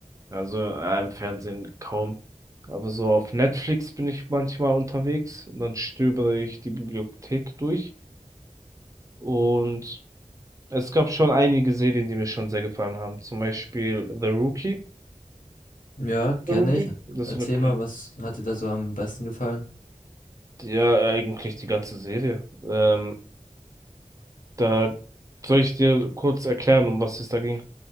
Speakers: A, on the right (about 25°); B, on the left (about 85°).
A: Also äh, im Fernsehen kaum. Aber so auf Netflix bin ich manchmal unterwegs und dann stöbere ich die Bibliothek durch. Und es gab schon einige Serien, die mir schon sehr gefallen haben. Zum Beispiel The Rookie.
B: Ja, kenne
A: The Rookie?
B: ich.
A: Das
B: Erzähl
A: ist so eine Poli
B: mal, was hat dir da so am besten gefallen?
A: Ja, eigentlich die ganze Serie. Ähm, da soll ich dir kurz erklären, um was es da ging.